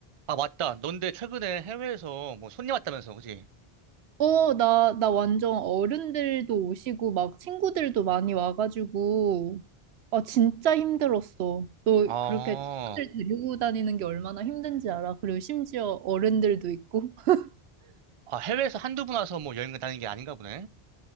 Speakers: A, on the right; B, on the right.
A: 아, 맞다. 넌데 최근에 해외에서 뭐 손님 왔다면서, 그지?
B: 어, 나, 나 완전 어른들도 오시고, 막 친구들도 많이 와가지고, 아, 진짜 힘들었어. 너
A: 아,
B: 그렇게 친구들 데리고 다니는 게 얼마나 힘든지 알아? 그리고 심지어 어른들도 있고. <laughs>
A: 아, 해외에서 한두 분 와서 뭐 여행 다니는 게 아닌가 보네.